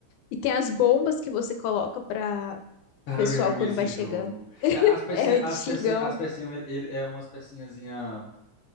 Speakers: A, on the left (about 90°); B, on the left (about 75°).
A: E tem as bombas que você coloca pra
B: Cara,
A: pessoal
B: eu já joguei
A: quando
B: esse
A: vai chegando.
B: jogo.
A: <laughs>
B: É, As pecinhas,
A: É antigão.
B: as pecinhas, as pecinhas, ele, ele é umas pecinhazinha,